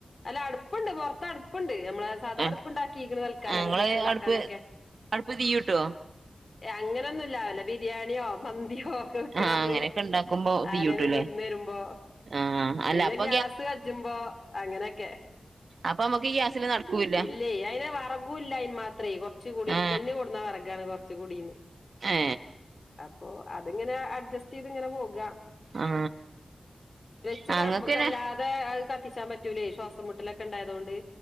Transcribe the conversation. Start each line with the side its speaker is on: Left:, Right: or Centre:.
Left: അല്ല അടുപ്പുണ്ട് പുറത്ത് അടുപ്പുണ്ട് നമ്മള സാദാ
Right: ആ
Left: അടുപ്പ ഉണ്ടാക്കിക്ക്ണ് തൽക്കാല
Right: ഞങ്ങള്
Left: നമുക്ക് വെച്ച ഉണ്ടാക്കാനൊക്കെ
Right: അടുപ്പ് അടുപ്പ് തീയൂട്ടോ
Left: അങ്ങനൊന്നുംല്ലാ വല്ല ബിരിയാണിയോ മന്തിയോ നക്കണന്ന്
Right: ആ അങ്ങനെയൊക്കെ ഉണ്ടാക്കുമ്പോ
Left: ആരനും
Right: തീയൂട്ടൂല്ലേ
Left: വിരുന്ന് വരുമ്പോ
Right: ആ അല്ല
Left: പിന്നെ
Right: അപ്പൊ
Left: ഗ്യാസ് കജുമ്പോ അങ്ങനെയൊക്കെ
Right: അപ്പ അമ്മക്കക്ക് ഗ്യാസില് നടക്കൂല്ല
Left: ഇല്ലേ അയിന് വറകും ഇല്ല അതിന് മാത്രമേ കുറച്ച കൂടി ഇരിക്കലിന്
Right: ആ
Left: കൂടുന്ന വർഗാണ് കുറച്ച കൂടിന്ന്
Right: ഏ
Left: അപ്പൊ അതിങ്ങനെ അഡ്ജസ്റ്റ് ചെയ്ത് ഇങ്ങനെ പോകാം
Right: ആ
Left: ച്ച
Right: ഞങ്ങക്ക്
Left: കമ്പക്കല്ലാ
Right: പിന്നെ
Left: അത അത് കത്തിച്ചാൻ പറ്റൂലേ ശ്വാസം മുട്ടലൊക്കെ ഉണ്ടായതുകൊണ്ട്